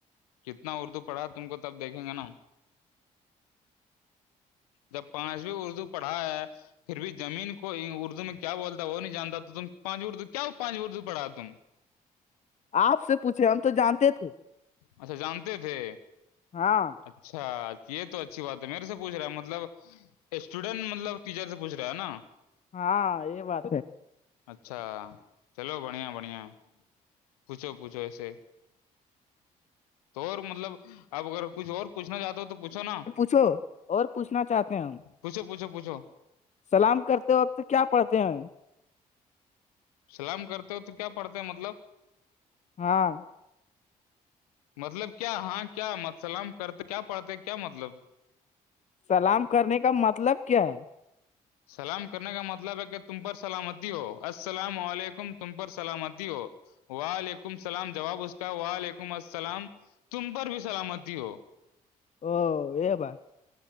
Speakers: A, on the left; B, on the left.
A: کتنا اردو پڑا تم کو تب دیکھیں گے نا جب پانچ بھی اردو پڑھا ہے پھر بھی زمین کو اردو میں کیا بولتا وہ نہیں جانتا تو تم پانچ اردو کیا پانچ اردو پڑھا تم
B: آپ سے پوچھے ہم تو جانتے تھے
A: اچھا جانتے تھے
B: ہاں
A: اچھا یہ تو اچھی بات ہے میرے سے پوچ رہا ہے مجھے مطلب اسٹوڈینٹ مطلب ٹیچر سے پوچھ رہا ہے نا
B: ہاں یہ بات ہے
A: اچھا چلو بڑھیا بڑھیا پوچھو پوچھو ایسے تو اور مطلب اپ اگر کچھ اور پوھنا چاہتے ہو تو پوھو نا
B: وھو اور پوچھنا چاہتے ہیں ہم
A: پچھوچھوچھو
B: سلام کرتے وقت کیا پڑھتے ہیں
A: سلام کرتے ہو تو کیا پڑھتے ہیں مطلب
B: ہاں
A: مطلب کیا ہاں کیا متسلام کرتے کیا پڑھتے کیا مطلب
B: سلام کرنے کا مطلب کیا ہے
A: سلام کرنے کا مطلب ہے کہ تم پر سلامتی ہو السلام علیکم تم پر سلامتی ہو وعلیکم السلام جواب اس کا وعلیکم السلام تم پر بھی سلامتی ہو
B: او یہ بات